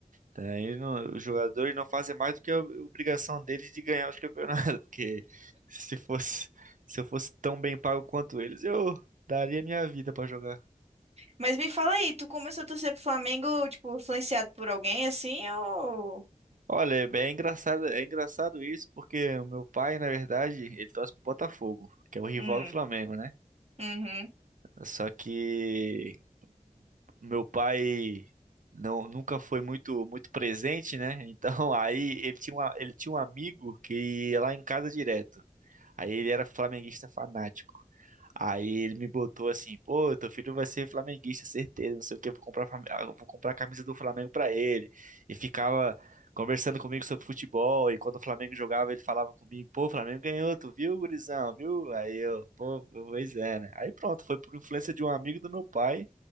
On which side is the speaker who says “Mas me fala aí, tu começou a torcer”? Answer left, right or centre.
Right